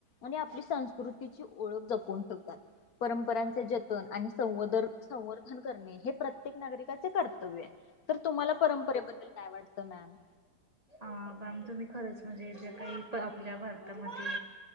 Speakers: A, on the left (about 65°); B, on the right (about 25°).
A: आणि आपली संस्कृतीची ओळख जपून ठेवतात परंपरांचे जतन आणि संवदर संवर्धन करणे हे प्रत्येक नागरिकाचे करंत्यव्य कत्या तर तुम्हाला परंपरेबद्दल काय वाटतं मॅम
B: हा मॅम च भी तुम्ही खरंच म्हणजे ज्या काही आपल्या भारतात मध्ये